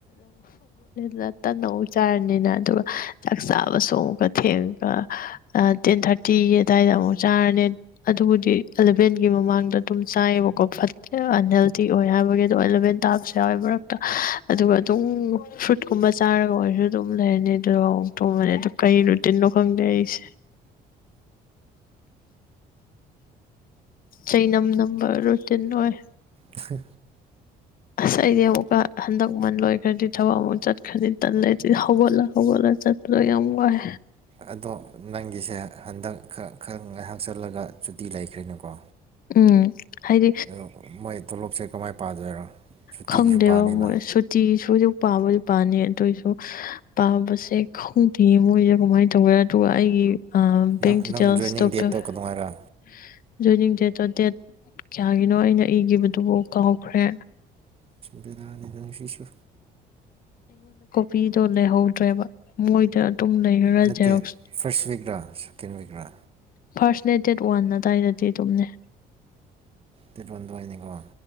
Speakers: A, on the left; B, on the right.
A: ꯅ ꯇꯟꯅ ꯎ ꯆꯥꯔꯅꯤꯅ ꯑꯗꯨꯒ ꯆꯥꯛ ꯆꯥꯕꯁꯨ ꯑꯃꯨꯛꯀ ꯊꯦꯡꯉꯒ ꯇꯦꯟ ꯊꯥꯔꯇꯤꯒꯤ ꯑꯗꯨꯋꯥꯏꯗ ꯑꯃꯨꯛ ꯆꯥꯔꯅꯤ ꯑꯗꯨꯕꯨꯗꯤ ꯑꯦꯂꯚꯦꯟꯒꯤ ꯃꯃꯥꯡꯗ ꯑꯗꯨꯝ ꯆꯥꯏꯌꯦꯕꯀꯣ ꯐꯠꯇꯦ ꯑꯟꯍꯦꯜꯗꯤ ꯑꯣꯏ ꯍꯥꯏꯕꯒꯤ ꯑꯗꯣ ꯑꯦꯂꯚꯦꯟ ꯇꯥꯕꯁꯨ ꯌꯥꯎꯋꯦ ꯃꯔꯛꯇ ꯑꯗꯨꯒ ꯑꯗꯨꯝ ꯐ꯭ꯔꯨꯠꯀꯨꯝꯕ ꯆꯥꯔꯒ ꯑꯣꯏꯔꯁꯨ ꯑꯗꯨꯝ ꯂꯩꯔꯅꯤ ꯑꯗꯨꯒ ꯑꯃꯨꯛ ꯇꯣꯡꯕꯅꯤ ꯑ ꯀꯔꯤ ꯔꯨꯇꯤꯟꯅꯣ ꯈꯪꯗꯦ ꯑꯩꯁꯦ ꯆꯩ ꯅꯝ ꯅꯝꯕ ꯔꯨꯇꯤꯟ ꯑꯣꯏ
B: ꯐ
A: ꯑꯁ ꯑꯩꯗꯤ ꯑꯃꯨꯛꯀ ꯍꯟꯗꯛꯃꯟ ꯂꯣꯏꯈ꯭ꯔꯗꯤ ꯊꯕꯛ ꯑꯃꯨꯛ ꯆꯠꯈ꯭ꯔꯗꯤ ꯇꯜꯂꯦ ꯍꯧꯒꯠꯂ ꯍꯧꯒꯠꯂ ꯆꯠꯄꯗꯣ ꯌꯥꯝ ꯋꯥꯏ
B: ꯑꯗꯣ ꯅꯪꯒꯤꯁꯦ ꯍꯟꯗꯛ ꯈꯔ ꯈꯔ ꯉꯥꯏꯍꯥꯛꯆꯜꯂꯒ ꯆꯨꯇꯤ ꯂꯩꯈ꯭ꯔꯦꯅꯀꯣ
A: ꯎꯝ ꯍꯥꯏꯗꯤ
B: ꯑ ꯃꯣꯏ ꯇꯣꯂꯣꯞꯁꯦ ꯀꯃꯥꯏꯅ ꯄꯥꯗꯣꯏꯔꯣ ꯁꯨꯇꯤꯁꯨ
A: ꯈꯪꯗꯦꯕ
B: ꯄꯥꯅꯤꯅ
A: ꯃꯣꯏ ꯁꯨꯇꯤꯁꯨ ꯍꯧꯖꯤꯛ ꯄꯥꯝꯕ ꯄꯥꯅꯤ ꯑꯗꯨꯏꯁꯨ ꯄꯥꯕꯁꯦ ꯈꯪꯗꯦꯌꯦ ꯃꯣꯏꯁꯦ ꯀꯃꯥꯏꯅ ꯇꯧꯒꯦ ꯑꯗꯨꯒ ꯑꯩꯒꯤ ꯑ
B: ꯅꯪ
A: ꯕꯦꯡ ꯗꯤꯇꯦꯜꯁ
B: ꯅꯪ ꯖꯣꯏꯅꯤꯡ ꯗꯦꯠꯇꯣ
A: ꯇꯄꯤꯣꯏꯅꯤꯡ
B: ꯀꯩꯗꯧꯉꯥꯏꯔ
A: ꯑꯗꯣ ꯗꯦꯠ ꯀꯌꯥꯒꯤꯅꯣ ꯑꯩꯅ ꯏꯈꯤꯕꯗꯨꯕꯨ ꯀꯥꯎꯍꯧꯈ꯭ꯔꯦ
B: ꯅꯤ ꯑꯗꯨꯁꯨ
A: ꯅꯨꯄꯤꯗꯣ ꯂꯩꯍꯧꯗ꯭ꯔꯦꯕ ꯃꯣꯏꯗ ꯇꯨꯡ ꯂꯩꯈ꯭ꯔꯥ
B: ꯅꯠꯇꯦ
A: ꯖꯦꯔꯣꯛꯁ
B: ꯐꯥꯔꯁ ꯋꯤꯛꯔꯥ ꯁꯦꯀꯦꯟ ꯋꯤꯛꯔꯥ
A: ꯐꯥꯔꯁꯅꯦꯠ ꯗꯦꯠ ꯋꯥꯟ ꯑꯗꯨꯗꯥꯋꯥꯏꯗꯗꯤ ꯑꯗꯨꯝꯅꯦ
B: ꯇꯤꯔꯄꯣꯟꯗꯅꯤꯀꯣ